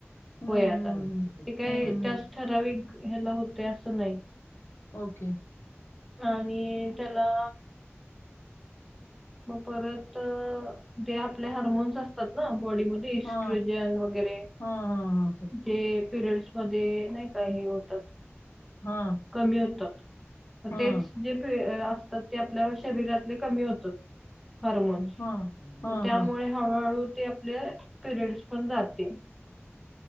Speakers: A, on the left; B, in the centre.
A: हम्म
B: वयाचा,
A: हम्म
B: ते काय
A: हम्म हम्म
B: त्याच ठराविक ह्याला होतंय असं नाही
A: ओके!
B: आणि त्याला मग परत ते आपले हार्मोन्स असतात ना बॉडीमध्ये इस्ट्रोजन
A: हा
B: वगैरे
A: हा हा
B: जे पिरियड्स मध्ये नाही हे होतात
A: हा
B: कमी होतात. मग
A: हा हा
B: तेच जे असतात ते आपल्या शरीरातले कमी होतात. हॉर्मोन्स
A: हा हा
B: मग त्यामुळे
A: हा
B: हळूहळू ते आपले पिरियडस पण जातात.